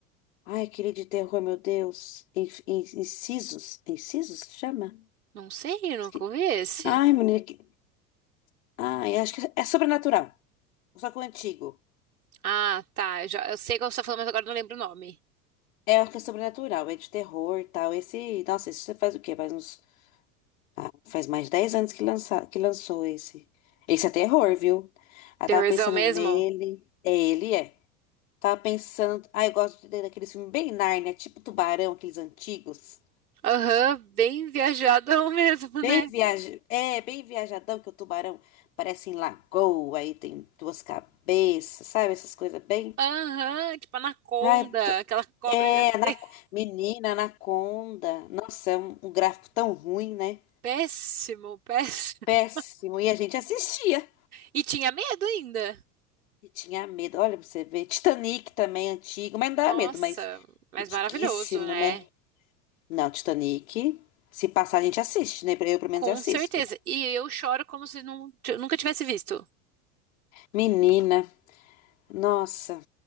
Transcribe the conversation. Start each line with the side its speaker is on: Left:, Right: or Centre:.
Left: Ai, aquele de terror, meu Deus. In- in- Incisos? Incisos se chama?
Right: Não sei, eu nunca
Left: Esque-
Right: ouvi esse.
Left: Ai, menina. Que... Ai, acho que é sobrenatural. Só que o antigo.
Right: Ah, tá. Eu, já, eu sei qual você tá falando, mas agora eu não lembro o nome.
Left: É o que é sobrenatural, é de terror e tal. Esse. Nossa, esse você faz o quê? Faz uns. Ah, faz mais de 10 anos que, lança... que lançou esse. Esse é terror, viu? Ah, tava
Right: Terrorzão
Left: pensando
Right: mesmo?
Left: nele. É, ele é. Tava pensando. Ah, eu gosto de- daquele filme bem Nárnia, tipo Tubarão, aqueles antigos.
Right: Aham, bem <laughs> viajadão mesmo,
Left: Bem
Right: né?
Left: viaja... É, bem viajadão que o tubarão parece em lagoa, aí tem duas cabeças, sabe? Essas coisas bem.
Right: Aham, tipo Anaconda,
Left: Ai, tu-
Right: aquela cobra
Left: é,
Right: gigantesca.
Left: na... menina, anaconda. Nossa, é um, um gráfico tão ruim, né?
Right: <laughs> Péssimo, péssimo.
Left: Péssimo. E a gente assistia
Right: E tinha medo ainda.
Left: e tinha medo. Olha pra você ver. Titanic também, antigo, mas não dá
Right: Nossa,
Left: medo, mas
Right: mas
Left: antiguíssimo,
Right: maravilhoso, né?
Left: né? Não, Titanic. Se passar, a gente assiste, né? Eu, pelo menos,
Right: Com
Left: assisto.
Right: certeza. E eu choro como se não, nunca tivesse visto.
Left: Menina, nossa,